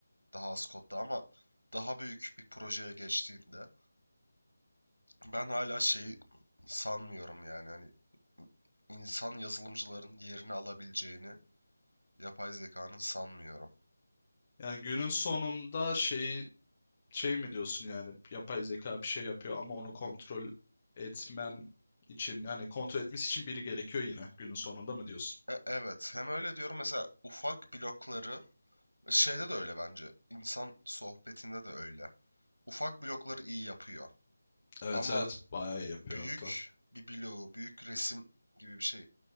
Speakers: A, on the right; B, on the left.
A: Daha az kodda ama daha büyük bir projeye geçtiğinde ben hala şeyi sanmıyorum yani hani insan yazılımcıların yerini alabileceğini yapay zekanın sanmıyorum.
B: Yani günün sonunda şeyi şey mi diyorsun yani yapay zeka bir şey yapıyor ama onu kontrol etmen için yani kontrol etmesi için biri gerekiyor yine günün sonunda mı diyorsun?
A: E, evet hem öyle diyorum mesela ufak blokları şeyde de öyle bence insan sohbetinde de öyle. Ufak blokları iyi yapıyor
B: Evet
A: ama
B: evet bayağı iyi yapıyor
A: büyük
B: hatta.
A: bir bloğu, büyük resim gibi bir şey